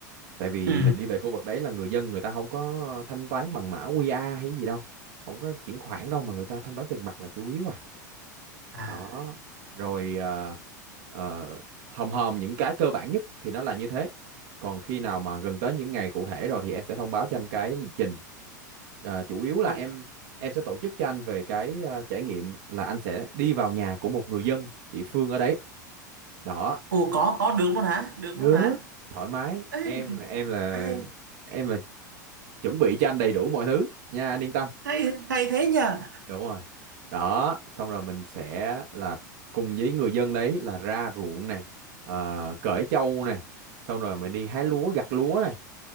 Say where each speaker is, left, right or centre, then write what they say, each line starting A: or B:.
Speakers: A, on the right; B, on the right.
A: tại vì
B: ừ
A: mình đi về khu vực đấy là người dân người ta không có thanh toán bằng mã QR hay gì đâu không có chuyển khoản đâu mà người ta thanh toán tiền mặt là chủ yếu à
B: à
A: đó rồi ờ, ờ, hòm hòm những cái cơ bản nhất thì nó là như thế còn khi nào mà gần tới những ngày cụ thể rồi thì em sẽ thông báo cho anh cái lịch trình Ờ, chủ yếu là
B: ô,
A: em em sẽ tổ chức cho anh về cái ờ, trải nghiệm là anh sẽ đi vào nhà của một người dân địa phương ở đấy đó
B: ô có có được luôn hả được
A: được
B: luôn hả
A: thoải mái
B: Ê,
A: em em là
B: hay
A: em chuẩn bị cho anh đầy đủ mọi thứ nha anh yên tâm
B: hay hay thế nhờ
A: đúng rồi đó xong rồi mình sẽ là cùng với người dân đấy là ra ruộng này ờ, cởi trâu này xong rồi mình đi hái lúa gặt lúa này